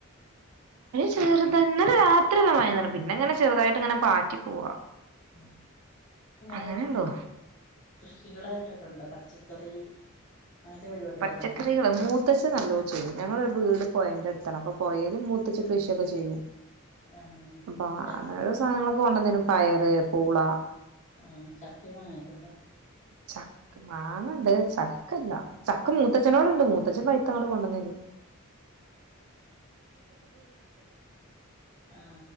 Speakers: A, on the right; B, on the left.
A: വെറുതെ ഇന്നലെ രാത്രി നല്ല മഴ പെയ്തിനു പിന്നെ ചെറുതായിട്ട് ഇങ്ങനെ പാറ്റി പോവാ
B: <unintelligible>
A: അങ്ങനെയള്ളൂ
B: ലും കൃഷികളായിട്ടൊക്കെണ്ടോ പച്ചക്കറി അങ്ങനത്തെ പരിപാടികളൊക്കെ
A: പച്ചക്കറികൾ
B: ഉണ്ടോ
A: മൂത്തച്ചൻ <unintelligible> ച്ചു ഞങ്ങൾ ഈ വീട് പൊഴന്റെ അടുത്താണ് അപ്പൊ പൊഴല് മൂത്തച്ഛൻ കൃഷി ഒക്കെ ചെയ്യും
B: ആ
A: അപ്പൊ ആ
B: ച
A: സാധങ്ങളൊക്കെ കൊണ്ടെന്നേരും പയറ്, പൂള
B: ഹാ ചക്കയും മാങ്ങയൊക്കെയുണ്ടോ
A: ചക്ക്‌ മാങ്ങ ണ്ട് ചക്ക ഇല്ല. ചക്ക മൂത്തച്ഛനോട്ണ്ട് മൂ പഷേ പൈത്തങ്ങള് കൊണ്ടന്നിനി
B: ആ